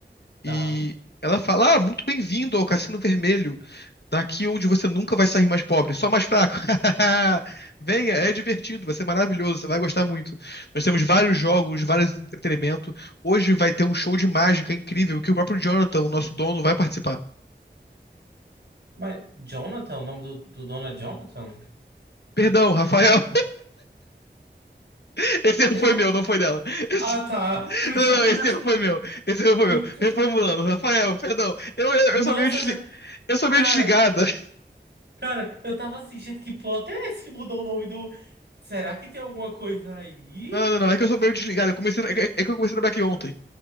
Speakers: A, on the right; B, on the left.
A: Tá.
B: e ela fala: Ah, muito bem-vindo ao Cassino Vermelho. Daqui onde você nunca vai sair mais pobre, só mais fraco. <laughs> Venha, é divertido, vai ser maravilhoso, você vai gostar muito. Nós temos vários jogos, vários entretenimento. Hoje vai ter um show de mágica incrível que o próprio Jonathan, o nosso dono, vai participar.
A: Mas Jonathan, o nome do, do dono é Jonathan?
B: Perdão, Rafael. <laughs> Esse erro
A: Eu
B: foi
A: não.
B: meu, não foi dela. <laughs> Esse-
A: Ah, tá. <laughs> Por isso
B: Não,
A: que eu
B: não,
A: fui
B: esse
A: assim.
B: erro foi meu. Esse erro foi
A: Que...
B: meu.
A: pl-
B: Reformulando, Rafael, perdão. Eu, eu,
A: Nossa,
B: eu sou meio desligada.
A: já-
B: Eu sou
A: cara,
B: meio desligada. <laughs>
A: cara, eu tava assim, gente, que plot é esse que mudou o nome do. Será que tem alguma coisa aí?
B: Não, não, não. É que eu sou meio desligada. Eu comecei, é que é que eu comecei a trabalhar aqui ontem.
A: Ah,